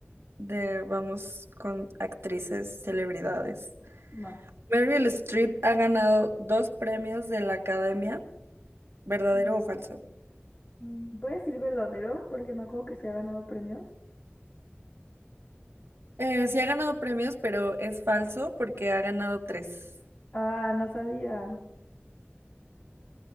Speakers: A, on the right (about 70°); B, on the left (about 40°).
A: de, vamos con actrices, celebridades.
B: va.
A: Meryl Streep ha ganado dos premios de la Academia, ¿verdadero
B: Mm,
A: o falso?
B: Voy a decir verdadero porque me acuerdo que se ha ganado premios.
A: Eh, sí ha ganado premios, pero es falso porque ha ganado tres.
B: Ah, no sabía.